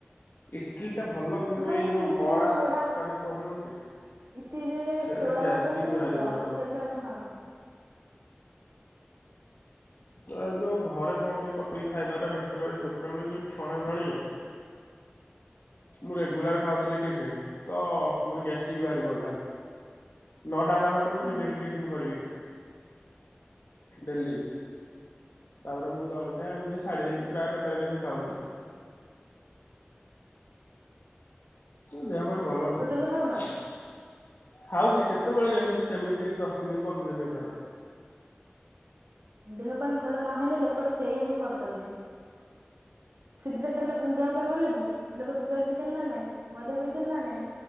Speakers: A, on the left; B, on the right.
A: ଇଟିଲି ଟା ଭଲ କିନ୍ତୁ
B: ହଁ
A: ଏଇ ଯୋଉ
B: ଇଟିଲିରେ
A: ବରା
B: ସୋଡା
A: ତରକାରୀ କହୁନୁ କି
B: ଇଟିଲିରେ
A: ସେଇଡା
B: ସୋଡା
A: ଗ୍ୟାସଟିକ୍
B: ପକେଇ ଦଉଚି
A: ବାହାରି
B: ତ
A: ପଡିବ।
B: ସେଇଥିପାଇଁ ମୁଁ ଖାଉନି।
A: ତ ଆଉ ଘରେ କଣ ଟିକେ କରିକି ଖାଇଦବାଟା ବେଟର ଦୋକାନରେ ଯୋଉ ଛଣା ଛଣି ମୁଁ ରେଗୁଲାର ଖାଉଥିଲି ଟିଫିିନ ତ ମୋର ଗ୍ୟାଷ୍ଟ ଷ୍ଟିକ ବାହାରି ପଡିଲା ନଅଟା ହେଲା ମାତ୍ରେ ମୁଁ
B: ହୁଁ
A: ଯିବି
B: ହୁଁ
A: ହାରି ଟିଫନ୍ କରିବି। ଡେଲି। ତାପରେ ମୁଁ ଜଳଖିଆ ଏମିତି ଛାଡି ଦେଇଚି ପ୍ରାୟ କେତବେଳେ କେମିତି ଖାଉଚି। ଦେହ ପାଇଁ ଭଲ ନୁହେଁ।
B: ଟୋଟାଲି ଖାଉନ
A: ଖାଉଚି କେତେବେଳେ କେମିତି ସେମିତି ଦଶ ଦିନ ପନ୍ଦର ଦିନ ଥରେ।
B: ଦେହ ପାଇଁ ଭଲ ନହେଲେ ଲୋକ ତ ସେଇଆ ହିଁ କରୁଚନ୍ତି। ସିଗରେଟ ଟା ଲୋକ ଦେହ ପାଇଁ ଭଲ କିି ଲୋକ ସିଗରେଟ ପିଉଚନ୍ତି ନା ନାଇଁ ମଦ ପିଉଚନ୍ତି ନା ନାଇଁ।